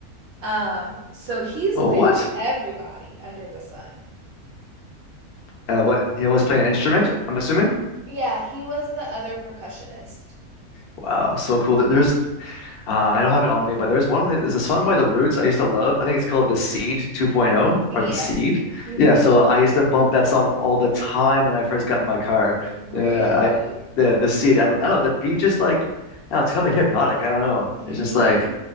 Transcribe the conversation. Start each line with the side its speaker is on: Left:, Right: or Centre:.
Right: Um, so he's
Left: Oh,
Right: played
Left: what?
Right: with everybody under the sun.
Left: Uh, what? He always play an instrument, I'm assuming?
Right: Yeah, he was the other percussionist.
Left: Wow, so cool. There's Uh, I don't have it on me, but there's one. There's a song by The Roots I used to love. I think it's called The Seed 2.0
Right: Yes.
Left: or The Seed.
Right: Mm-hmm.
Left: Yeah, so I used to bump that song all the time when I first got in my car.
Right: Really.
Left: Yeah, I the The Seed. I, I don't know. The beat just like, I don't know, it's kind of hypnotic. I don't know.
Right: Mm-hmm.
Left: It's just like,